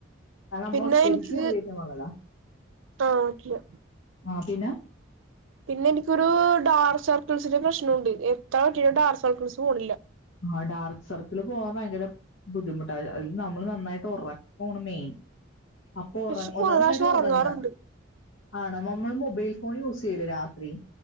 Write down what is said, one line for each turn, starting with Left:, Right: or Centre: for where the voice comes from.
Left: അത് നമ്മളൊറ്റടിക്ക്
Right: പിന്നെ എനിക്ക്
Left: ഉപയോഗിക്കാൻള്ളതാല്ല
Right: ആഹ് പറ്റില്ല
Left: ആ പിന്നെ
Right: പിന്നെ എനിക്കൊരു ഡാർക്ക് സർക്കിൾസിന്റെ പ്രശ്നുണ്ട് എത്ര അകിയിട്ടും ഡാർക്ക് സർക്കിൾസ് പോണില്ല
Left: ആ ഡാർക്ക് സർക്കിള് പോവാൻ ഭയങ്കര ബുദ്ധിമുട്ടാ അതില് നമ്മള് നന്നായിട്ട് ഒറക്കാണ് മെയിൻ അപ്പൊ ഒറ
Right: പക്ഷെ
Left: ഒന്നാത്തെ
Right: കുറെ പ്രാവശ്യം
Left: കാര്യം
Right: ഉറങ്ങാറുണ്ട്
Left: ഒറങ്ങ ആണ് നമ്മൾ മൊബൈൽ ഫോൺ യൂസ് ചെയ്യില്ലേ രാത്രി